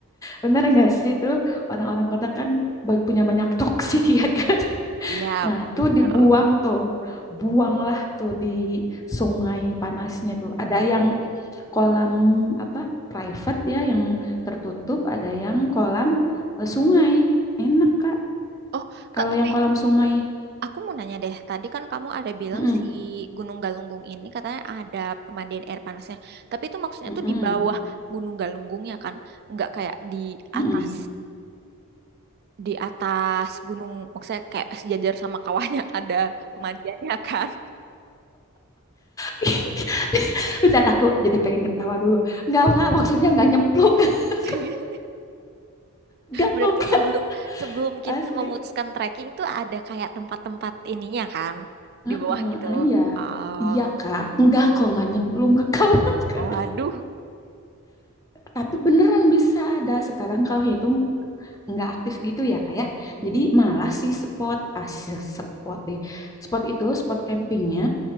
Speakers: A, on the left; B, on the right.
A: Bener nggak sih tuh orang-orang kota kan ba- punya banyak toksik ya kan. <laughs>
B: Iya,
A: Nah,
B: bener.
A: tuh dibuang tuh. Buanglah tuh di sungai panasnya tuh. Ada yang kolam apa private ya yang tertutup, ada yang kolam eh, sungai. Enak Kak.
B: Oh,
A: Kalau
B: Kak, tapi
A: yang kolam sungai,
B: Aku mau nanya deh, tadi kan kamu ada bilang
A: mm-mm,
B: si Gunung Galunggung ini katanya ada pemandian air panasnya. Tapi itu maksudnya
A: mm-mm,
B: tuh di bawah Gunung Galunggungnya kan, nggak kayak di
A: mm-mm.
B: atas di atas gunung, maksudnya kayak sejajar sama kawahnya <laughs> ada pemandiannya kan.
A: <laughs> Bentar aku jadi pengen ketawa dulu. Enggak Kak, maksudnya enggak nyemplung. <laughs>
B: <laughs>
A: Enggak
B: Berarti
A: kok Kak,
B: sebelum sebelum
A: asli.
B: kita memutuskan trekking tuh ada kayak tempat-tempat ininya kan
A: Heeh,
B: di bawah gitu.
A: ah, iya.
B: Oh,
A: Iya Kak, enggak kok enggak nyemplung ke kawah <laughs> Kak.
B: waduh.
A: Tapi beneran bisa ada sekarang kalau itu nggak aktif gitu ya kak ya
B: Mm-mm.
A: jadi malah si spot ah si spot deh spot itu spot campingnya